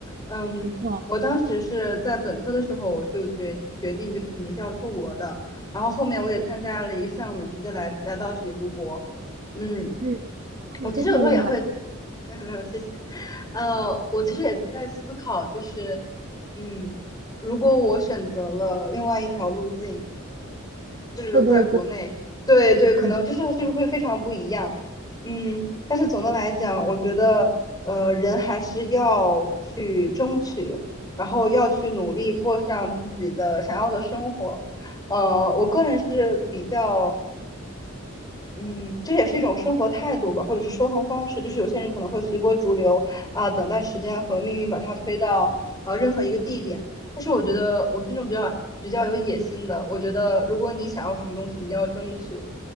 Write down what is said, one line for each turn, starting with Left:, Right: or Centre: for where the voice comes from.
Left: 嗯，
Right: 没错，
Left: 我当时是在本科的时候我就决决定就是肯定是要出国的，然后后面我也参加了一个项目，
Right: 嗯
Left: 直接来来到这里读博。嗯，
Right: 嗯，哦你非常厉害，
Left: 我其实有时候也会没有没有，谢谢。呃，我其实也在思考，就是，嗯，如果我选择了另外一条路径，就是留在国内，
Right: 会不会不？
Left: 对对，可能就是就是会非常不一样。
Right: 嗯，
Left: 嗯，但是总的来讲，我觉得，呃，人还是要去争取，然后要去努力过上自己的想要的生活。呃，我个人是比较嗯，这也是一种生活态度吧，或者是说话方式。就是有些人可能会随波逐流啊、等待时间和命运把它推到呃任何一个地点。但是我觉得我是那种比较比较有野心的，我觉得如果你想要什么东西，你一定要争取。